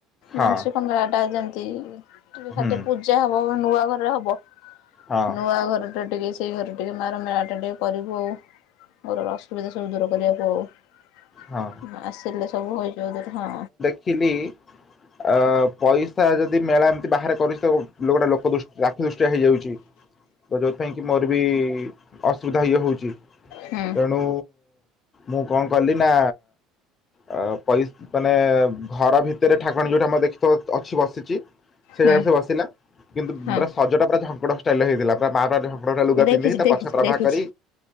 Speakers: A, on the left (about 25°); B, on the left (about 75°).
A: ହଁ
B: ମାଂସ କମଳାଟାନ୍ତି ଟିକେ
A: ହୁଁ
B: ଖାଲି ପୂ ଯା ହବ ନୂଆ ଘର ହବ
A: ହଁ
B: ନୂଆ ଘର ଟା ଟିକେ ସେହି ଘରେ ଟିକେ ମାର ମେଳାଟା ଟିକେ କରିବୁ ଆଉ ମୋର ଅସୁବିଧା ସବୁ ଦୂର କରିବାକୁ ଆଉ।
A: ହଁ
B: ମା ଆସିଲେ ସବୁ ହେଇଯିବଦୁରେ ହଁ।
A: ଥିଲି ଅ ପଇସା ଯଦି ମେଳା ବାହାରେ କରିଛି ତ ଗୋଟେ ଲୋକ ଦ ଆକ୍ଷ ଦୃଷ୍ଟିଆ ହେଇଯାଉଛି। ତ ଯେଉଁଥିପାଇଁ କି ମୋର ବି ଅସୁବିଧା ଇଏ ହଉଛି
B: ହୁଁ
A: ତେଣୁ ମୁଁ କଣ କଲି ନା ଅ ପଇ ମାନେ ଘର ଭିତରେ ଠାକୁରାଣୀ ଅଛି ଯୋଉଠି ଆମର ଦେଖିଥ ଅଛି ବସିଛି। ସେଇ
B: ହୁଁ।
A: ଜାଗାରେ ସେ ବସିଲା କିନ୍ତୁ
B: ହଁ
A: ପୁରା ସଜଟା ପୁରା ଝଙ୍କଡଷ୍ଟାଇଲ ହେଇଥିଲା ପୁରା ମା ଆଟା ଲୁଗା
B: ମୁଁ ଦେଖିଛି
A: ପିନ୍ଧିକି ତା
B: ଦେଖିଛି
A: ପଛ ପ୍ରଭହ
B: ଦେଖିଛି
A: କରି